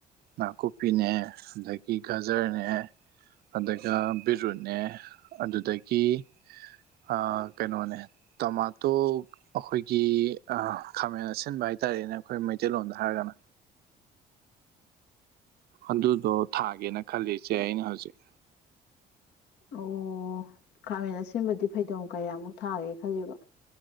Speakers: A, on the right (about 65°); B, on the left (about 80°).
A: ꯅꯥꯀꯨꯞꯄꯤꯅꯦ ꯗꯒꯤ ꯒꯖꯔꯅꯦ ꯑꯗꯒ ꯕꯤꯔꯨꯠꯅꯦ ꯑꯗꯨꯗꯒꯤ ꯑ ꯀꯩꯅꯣꯅꯦ ꯇꯃꯥꯇꯣ ꯑꯈꯣꯏꯒꯤ ꯑ ꯈꯥꯃꯦꯟ ꯑꯁꯤꯟꯕ ꯍꯥꯏꯇꯥꯔꯦꯅꯦ ꯑꯈꯣꯏ ꯃꯩꯇꯩꯂꯣꯟꯗ ꯍꯥꯏꯔꯒꯅ ꯑꯗꯨꯗꯣ ꯊꯥꯒꯦꯅ ꯈꯜꯂꯤ ꯏꯆꯦ ꯑꯩꯅ ꯍꯧꯖꯤꯛ꯫
B: ꯑꯧꯋꯣ ꯈꯥꯃꯦꯟ ꯑꯁꯤꯟꯕꯗꯤ ꯐꯩꯗꯣꯝ ꯀꯌꯥꯃꯨꯛ ꯊꯥꯒꯦ ꯈꯜꯂꯤꯕ꯫